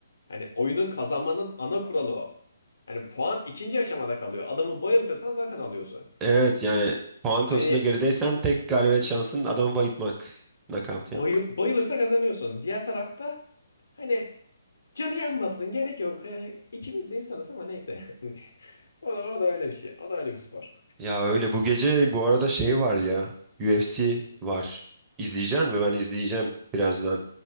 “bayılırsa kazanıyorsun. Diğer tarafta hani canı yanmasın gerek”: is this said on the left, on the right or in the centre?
Left